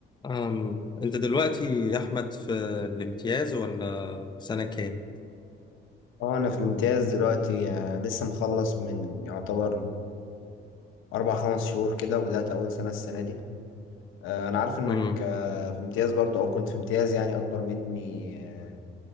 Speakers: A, on the left (about 20°); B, on the left (about 85°).
A: أم. انت دلوقتي يا احمد في الامتياز ولا سنة كام
B: اه انا في الامتياز دلوقتي آه، لسه مخلص من يعتبر اربع خمس شهور كده وبدأت اول سنة السنة دي آه، انا عارف انك
A: امم
B: آه، في امتياز برضو او كنت في امتياز يعني اكبر مني آه،